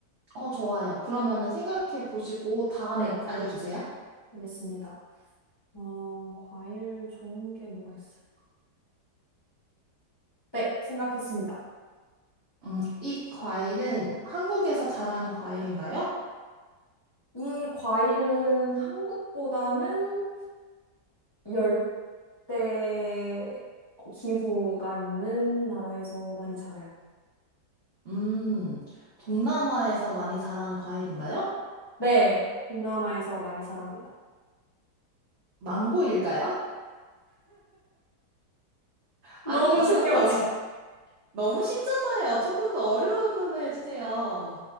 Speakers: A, on the right; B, on the left.
A: 어, 좋아요. 그러면은 생각해 보시고 다음에
B: 네,
A: 알려주세요.
B: 알겠습니다. 어, 과일 좋은 게 뭐가 있어요? 네, 생각했습니다.
A: 음, 이 과일은 한국에서 자라는 과일인가요?
B: 이 과일은 한국보다는 열대 기후가 있는 나라에서 많이 자라요.
A: 음, 동남아에서 많이 자라는 과일인가요?
B: 네, 동남아에서 많이 자랍니다.
A: 망고일까요?
B: 너무
A: 아니, 이건
B: 쉽게 맞추.
A: 너무, 너무 쉽잖아요. 조금 더 어려운 걸로 해주세요.